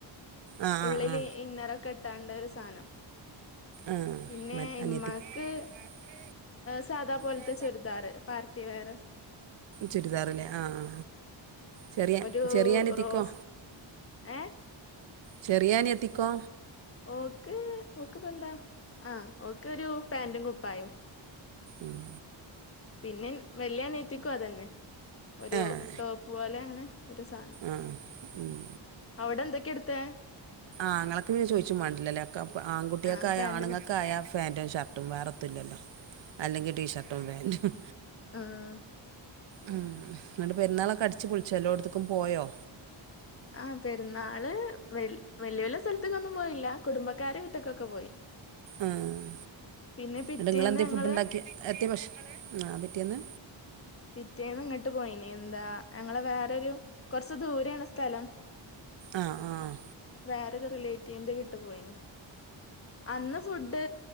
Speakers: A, on the right; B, on the left.
A: ആ ആ
B: ഉള്ളില്
A: ആ
B: ഇന്നറൊക്കെ ഇട്ടാണ്ട് ഒരു സാനം
A: ആ
B: പിന്നെ
A: മ
B: ഇമ്മാക്ക്
A: അനിയത്തിക്ക് ഇമ്മാക്ക്
B: സാദാ പോൽത്തെ
A: ഏ,
B: ചുര്ദാറ് പാർട്ടിവെയറ്
A: ചുരിദാറ്ല്ലേ ആ ആ ചെറ്യേ
B: ഒരു
A: ചെറ്യേനിയത്തിക്കോ
B: റോസ് ഏ
A: ചെറ്യേനിയത്തിക്കോ
B: ഓക്ക് ഓക്ക്‌പ്പെന്താ ആ ഓക്കൊരു പാൻറും കുപ്പായോം
A: ഉം
B: പിന്നെ വെല്യനിയത്തിക്കും അതന്നെ ഒരു
A: ഏഹ്
B: ടോപ്പ് പോലെങ്ങനെ ഒരു സാനം
A: ആഹ് ഊം
B: അവിടെന്തൊക്കെ ഇട്ത്തെ
A: ആങ്ങളക്ക് ചോയ്ച്ചും മാണ്ടല്ലോല്ലേ ആൺകുട്യാക്കായാ
B: ആ പാന്റും
A: ആണ്ങ്ങക്കായാ
B: കുപ്പാ
A: ഫേന്റും ഷർ് ട്ടും വേറെതുല്ലല്ലോ അല്ലെങ്കി ടി ഷർട്ടും ഫേന്റും
B: ആഹ്
A: ആ ന്ന്ട്ട് പെര്ന്നാളൊക്കെ അട്ച്ച് പൊൾച്ചോ എല്ലോട്ത്ത്ക്കും പോയോ
B: ആ പെരുന്നാള് വല് വല്യേ വല്യേ സൽ ത്ത്കൊന്നും പോയില്ല കുടുംബക്കാര വീട്ട്ക്കൊക്കെ പോയി
A: ആഹ്
B: പിന്നെ പിറ്റേന്ന്
A: എന്നിട്ട് നിങ്ങളെന്തേ
B: ഞങ്ങള്
A: ഫുഡ് ഉണ്ടാക്കി എത്തിയ പക്ഷേ ആ പിറ്റേന്ന്
B: പിറ്റേന്ന് ഇങ്ങട്ട് പോയിനി എന്താ ഞങ്ങള വേറൊരു കുറച്ച് ദൂരേണ് സ്ഥലം
A: ആഹ് ആഹ്
B: വേറരു റിലേറ്റീവിന്റെ വീട്ടു പോയിന് അന്ന് ഫുഡ്